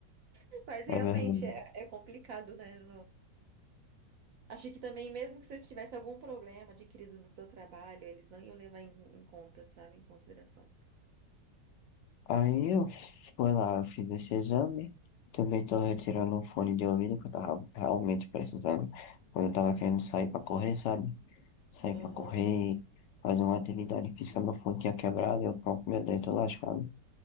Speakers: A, on the right; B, on the left.
A: <laughs> Mas realmente
B: é verdade.
A: é, é complicado, né? Achei que também, mesmo que você tivesse algum problema adquirido no seu trabalho, eles não iam levar em, em conta, sabe? Em consideração.
B: Aí eu fui lá, eu fiz esse exame. Também tô retirando um fone de ouvido que eu tava realmente precisando. Quando eu tava querendo sair pra correr, sabe? Sair
A: Aham.
B: pra correr, fazer uma atividade física, meu fone tinha quebrado, eu pronto, meu dedo tô lascado.